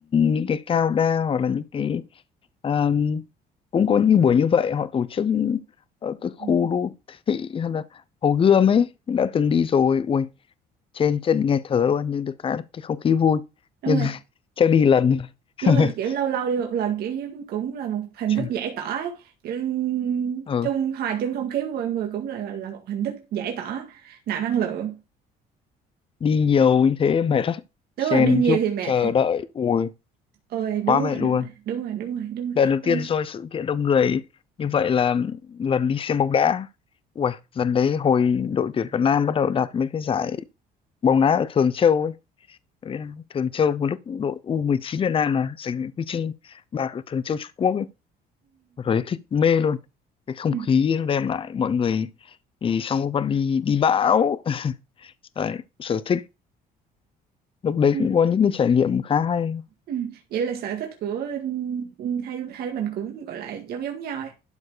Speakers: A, on the left; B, on the right.
A: những cái cao đa hoặc là những cái um, cũng có những buổi như vậy họ tổ chức ở các khu
B: Ừ.
A: đô thị hay là Hồ Gươm ấy đã từng đi rồi ui trên chân nghe thở luôn nhưng được cái là cái không khí vui
B: đúng
A: nhưng
B: rồi
A: <laughs> chắc đi lần <laughs>
B: đúng rồi kiểu lâu lâu đi một lần kiểu giống- cũng là một hình
A: Chứ,
B: thức giải tỏa ấy. kiểu
A: ừ.
B: chung hòa chung không khí với mọi người cũng là là một hình thức giải tỏa nạp năng lượng
A: đi nhiều như thế mệt lắm
B: đúng
A: chen
B: rồi đi nhiều
A: chúc
B: thì mệt
A: chờ đợi ui
B: ôi đúng
A: quá mệt
B: rồi đúng
A: luôn
B: rồi đúng rồi đúng rồi đúng rồi,
A: lần đầu
B: đúng
A: tiên
B: rồi.
A: rồi sự kiện đông người như vậy là lần đi xem bóng đá ui lần đấy hồi đội tuyển Việt Nam bắt đầu đạt mấy cái giải bóng đá ở Thường Châu ấy Bạn biết không? Thường Châu một lúc đội U19 Việt Nam mà giành huy chương bạc ở Thường Châu Trung Quốc ấy rồi thích mê luôn cái không
B: Ừ.
A: khí nó đem lại mọi người thì xong có bắt đi đi bão <laughs> đấy, sở thích lúc đấy
B: Ừ,
A: cũng có những cái trải nghiệm khá hay
B: ừ. Vậy là sở thích của ừ, hai hai đứa mình cũng gọi là giống giống nhau ấy